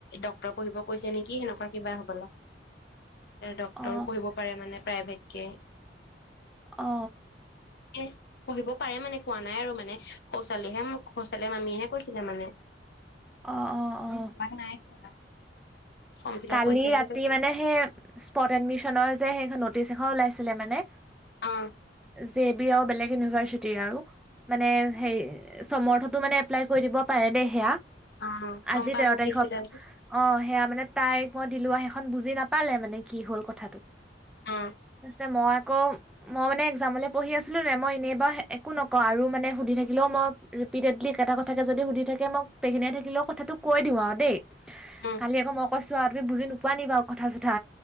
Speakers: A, on the left; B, in the centre.
A: ডক্টৰ পঢ়িব কৈছে নেকি সেনেকুৱা কিবা হ'ব লা। ডক্টৰ
B: অ
A: পঢ়িব পাৰে মানে প্ৰাইভেট কে
B: অ
A: এ পঢ়িব পাৰে মানে কোৱা নাই আৰু মানে ছোৱালীহে সোচালে মামীহে কৈছিলে মানে
B: অ অ অ
A: আমাক নাই কোৱা ফৰ্ম ফিল
B: কালি
A: আপ কৰিছে বুলি
B: ৰাতি
A: কৈছে
B: মানে সেই স্পট এডমিশনৰ যে সেই নটিছ এখন ওলাইছিলে মানে
A: অ
B: যে বি আৰু বেলেগ ইউনিভাৰ্চিটিৰ আৰু মানে সেই চমৰথতো মানে এপ্লাই কৰি দিব পাৰে দেই সেয়া
A: অ
B: আজি
A: গম পাই
B: তেৰ
A: মোক
B: তাৰিখত
A: দিছিলে
B: অ সেয়া মানে মই দিলো সেইখন বুজি নাপালে মানে কি হ'ল কথাটো
A: অ
B: ফাৰ্ষ্ট মই আক মই মানে এক্সামলৈ পঢ়ি আছিলোঁ নাই মই এনেই বাৰু একো নকওঁ আৰু মানে সুধি থাকিলেও মই ৰিপিটেডলি একেটা কথাকে যদি সুধি থাকে মোক পেঘিনাই থাকিলেও কথাটো কৈ দিওঁ আৰু দেই
A: উম
B: কালি আকৌ মোক তুমি বুজি নোপোৱা নি বাৰু কথা চথা